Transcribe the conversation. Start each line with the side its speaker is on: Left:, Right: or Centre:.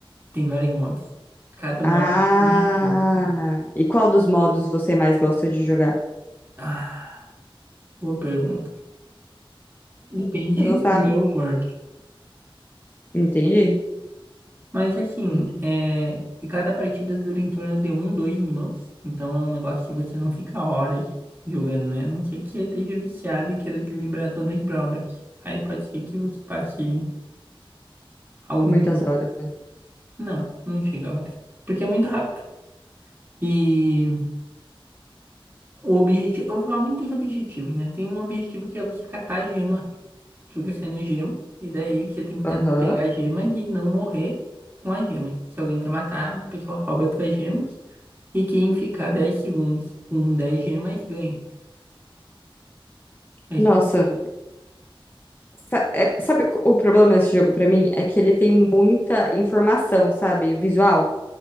Right: Tem vários modos. Cada modo
Left: Ah,
Right: tem um objetivo.
Left: e qual dos modos você mais gosta de jogar?
Right: Ah, boa pergunta. Depende
Left: Você não sabe?
Right: do meu humor.
Left: Entendi.
Right: Mas assim,
Left: Entendi.
Right: é... e cada partida dura em torno de um, dois minutos. Então é um negócio que você não fica horas jogando, né? A não ser que esteja viciado e queira liberar todos os brawlers. Aí pode ser que você passe alguns
Left: Muitas
Right: minutos.
Left: horas, né?
Right: Não, não chega a hora. Porque é muito rápido. E o objetivo. Eu vou falar um dos objetivos, né? Tem um objetivo que é você catar a gema. Fica saindo gema. E daí você tem que
Left: Aham.
Right: tentar pegar a gema e não morrer com as gemas. Se alguém te matar, a pessoa rouba as tuas gemas. E quem ficar 10 segundos com 10 gemas ganha. Mas
Left: Nossa,
Right: eu-
Left: sa- é- sabe co- o problema desse jogo pra mim? É que ele tem muita informação, sabe? Visual.